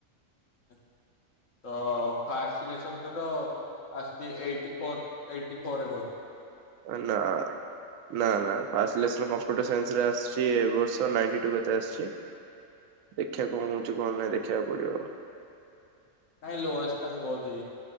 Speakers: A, on the left (about 70°); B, on the right (about 85°).
A: ଆ, ତ ଫାଷ୍ଟ ସିଲେକ୍ସନ ତ ତ ଆସିଚି eighty four eighty four above.
B: ଏ ନା ନା ନା ଫାଷ୍ଟ ସିଲେକ୍ସନ କମ୍ପୁଟର ସାଇନ୍ସ ରେ ଆସି ଚି, ଏ ବର୍ଷ ନାଇଟି ଟୁ କେତେ ଆସିଛି। ଦେଖିଆ କଣ ହଉଛି କଣ ନାହିଁ ଦେଖିବାକୁ ପଡିବ।
A: ନାଇଁ ଲୋୟଷ୍ଟ ମୁଁ କହୁଚି।